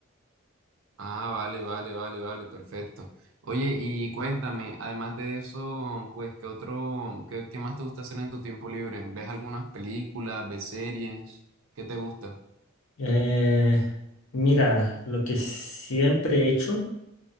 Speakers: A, on the right (about 65°); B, on the left (about 70°).
A: ah, vale, vale, vale, vale, perfecto. Oye, y cuéntame, además de eso, pues, ¿qué otro, qué, qué más te gusta hacer en tu tiempo libre? ¿Ves algunas películas, ves series? ¿Qué te gusta?
B: Eh, mira, lo que siempre he hecho